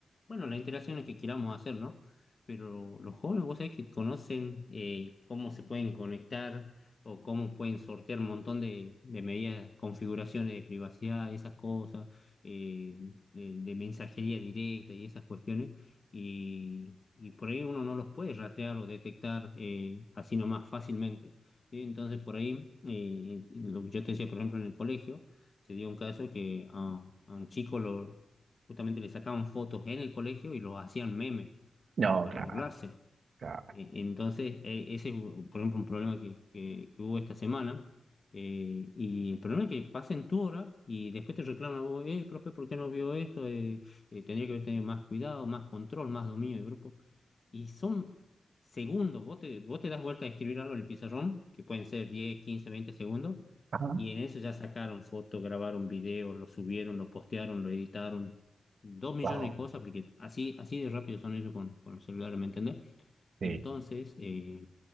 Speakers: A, on the left; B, on the right.
A: bueno, las interacciones que queramos hacer, ¿no? Pero los jóvenes, vos sabés que conocen eh, cómo se pueden conectar o cómo pueden sortear un montón de, de medidas, configuraciones de privacidad, esas cosas, eh, de de mensajería directa y esas cuestiones y, y por ahí uno no los puede rastrear o detectar eh, así nomás fácilmente. ¿sí? Entonces, por ahí, eh, lo que yo te decía, por ejemplo, en el colegio, se dio un caso que a, a un chico lo, justamente le sacaban fotos en el colegio y lo hacían memes
B: No,
A: para
B: claro,
A: burlarse.
B: claro.
A: Eh, Entonces, e- ese es, por ejemplo, un problema que, que- que hubo esta semana. Eh, y el problema es que pasen tu hora y después te reclaman a vos, eh, profe, ¿por qué no vio esto? Eh, eh, tendría que haber tenido más cuidado, más control, más dominio de grupo. Y son segundos, vos te, vos te das vuelta a escribir algo en el pizarrón, que pueden ser 10 15 20 segundos,
B: Ajá.
A: y en eso ya sacaron fotos, grabaron videos, lo subieron, lo postearon, lo editaron, dos millones
B: Wow.
A: de cosas, porque así, así de rápido son ellos con, con los celulares, ¿me entendés?
B: Sí.
A: Entonces, eh,